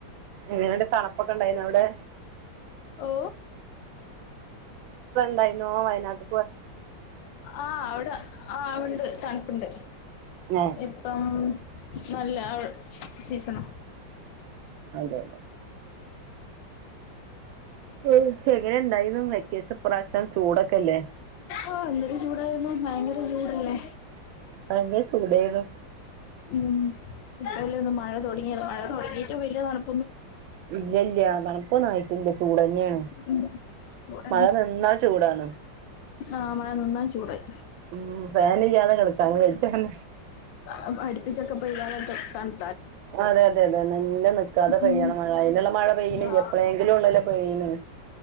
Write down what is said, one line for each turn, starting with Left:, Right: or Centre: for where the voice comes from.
Right: എങ്ങനെ ഉണ്ട് തണുപ്പ് തണുപ്പ്പ്പൊക്കെ ണ്ടായിനോ അവ്ടെ
Left: ഓ
Right: <unintelligible> നോ വയനാട്
Left: ആ അവിടെ ആ ഉണ്ട് തൺപ്പ്ണ്ട്
Right: ഏഹ്
Left: ഇപ്പം നല്ല ആ സീസണ്
Right: അതെ അതെ <unintelligible> എങ്ങനെ ഉണ്ടായിനു വെക്കേഷൻ പ്രാവ എന്താ ചൂടൊക്കല്ലേ
Left: ആ എന്തൊരു ചൂടായിരുന്നു ഭയങ്കര ചൂടല്ലേ
Right: <unintelligible> ചൂടെയ്നു
Left: ഉം ഇപ്പല്ലേ ഒന്ന് മഴ തൊട്ങ്ങിയത് മഴ തൊട്ങ്ങിട്ടും വെല്ല്യ തണ്
Right: ല്ല ഇല്ല്യ ല്ല്യ <unintelligible> പ്പൊ നായിട്ടില്ല ചൂടെന്നെയെണ്
Left: ഉം ചൂടന്നെ
Right: മഴ ന്ന്ന്ന ചൂടാണ്
Left: ആ മഴ നിന്നാൽ ചൂടായി
Right: ഉം ഫനില്ലാതെ കെടക്കാ <unintelligible>
Left: അ അട്പ്പിച്ചൊക്ക പൈതാലൊക്ക തണ്
Right: അതെ അതെ അതെ നന് നല്ല നിക്കാതെ പെയ്യണ
Left: ഉം.
Right: മഴ അയ്ന്ള്ള മഴ പെയ്യ്ണില്ലെ
Left: ആ
Right: എപ്പളേങ്കിലു ള്ളല്ലോ പെയ്യിണ്